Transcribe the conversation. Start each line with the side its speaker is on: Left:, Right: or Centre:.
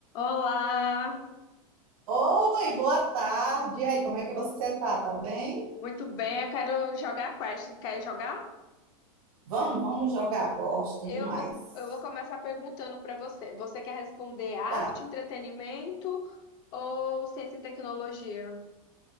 Left: Olá,
Right: Oi, boa tarde. E aí, como é que você tá? Tá bem?
Left: muito bem. Eu quero jogar quest. Quer jogar?
Right: Vamos, vamos jogar. Gosto
Left: Eu
Right: demais.
Left: vou, eu vou começar perguntando para você. Você quer responder arte,
Right: Tá.
Left: entretenimento ou ciência e tecnologia?